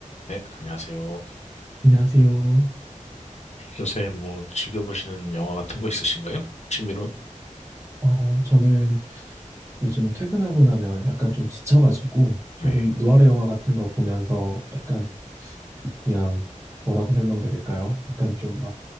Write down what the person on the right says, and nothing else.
안녕하세요.
어, 저는 요즘 퇴근하고 나면 약간 좀 지쳐가지고 조금
누아르 영화 같은 거 보면서 약간 그냥 뭐라고 설명드릴까요? 약간 좀 막